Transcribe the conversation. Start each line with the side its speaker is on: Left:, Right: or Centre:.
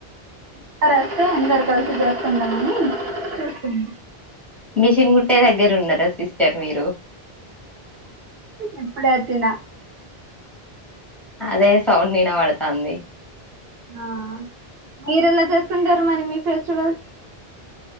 Right: <unintelligible> వస్తే అందరు కలిసి చేస్తుందమని చూస్తున్నాం
Centre: మిషన్ గుట్టే దగ్గర ఉన్నారా సిస్టర్ మీరు
Right: ఇప్పుడే <unintelligible>
Centre: అదే సౌండ్ వినపడుతుంది
Right: ఆ మీరు ఎలా చేస్తుంటారు మరి మీ ఫెస్టివల్స్